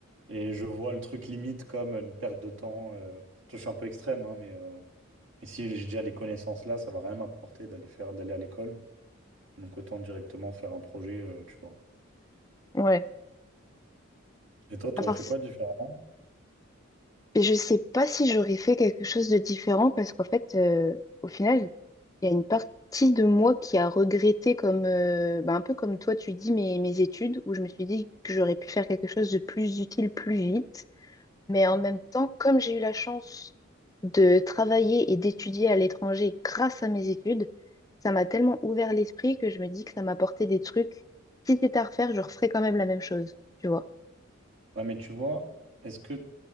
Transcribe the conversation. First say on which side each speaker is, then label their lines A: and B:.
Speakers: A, on the right; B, on the left.
A: Et je vois le truc limite comme une perte de temps. euh, tu vois, je suis un peu extrême, hein, mais euh, et si j'ai déjà les connaissances là, ça va rien m'apporter d'aller faire, d'aller à l'école. Donc autant directement faire un projet, euh, tu vois.
B: Ouais.
A: Et toi, tu
B: À part...
A: aurais fait quoi différemment?
B: Et je sais pas si j'aurais fait quelque chose de différent parce qu'en fait, euh, au final, il y a une partie de moi qui a regretté comme, euh, bah, un peu comme toi, tu dis mes, mes études, où je me suis dit que j'aurais pu faire quelque chose de plus utile plus vite. Mais en même temps, comme j'ai eu la chance de travailler et d'étudier à l'étranger grâce à mes études, ça m'a tellement ouvert l'esprit que je me dis que ça m'a apporté des trucs. Si c'était à refaire, je referais quand même la même chose, tu vois.
A: Ouais, mais tu vois, est-ce que